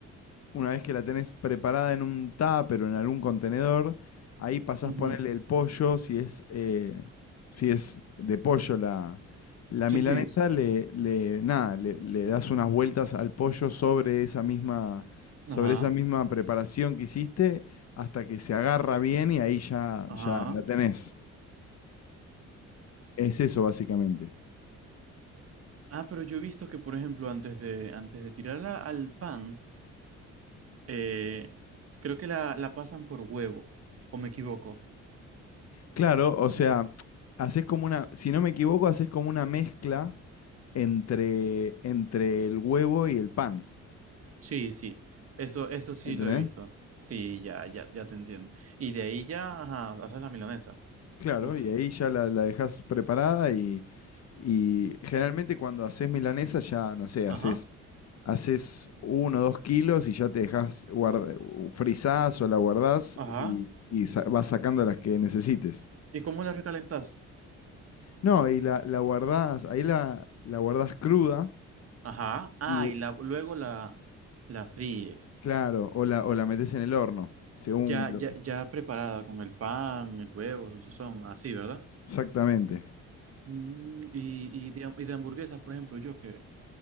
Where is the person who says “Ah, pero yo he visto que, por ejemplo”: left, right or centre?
Right